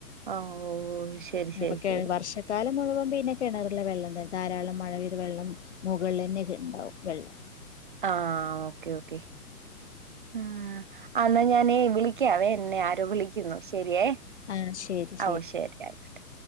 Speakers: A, on the right; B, on the left.
A: ആഹ് ഓഹ് ശരി ശരി
B: അപ്പം കെയ
A: ശരി
B: വർഷ ക്കാലം മുഴുവൻ പിന്നെ കെണറിലെ വെള്ളം തന്നെ ധാരാളം മഴ പെയ്ത വെള്ളം മുകളിന്നെ ഇണ്ടാവും വെള്ളം.
A: ആഹ് ഓക്കേ ഓക്കേ ഉ ആഹ് ന്നാ ഞാനേ വിളിക്കാവേ എന്നെ ആരോ വിളിക്കുന്നു ശരിയേ
B: ആഹ് ശരി
A: ഓഹ് ശരി ആയിക്കട്ടെ